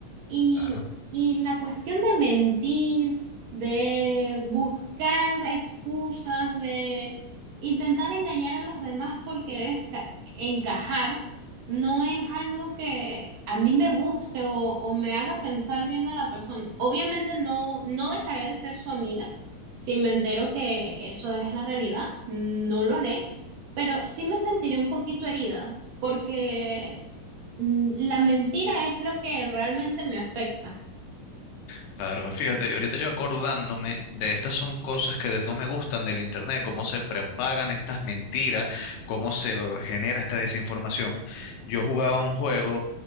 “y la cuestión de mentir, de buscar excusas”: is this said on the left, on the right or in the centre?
Right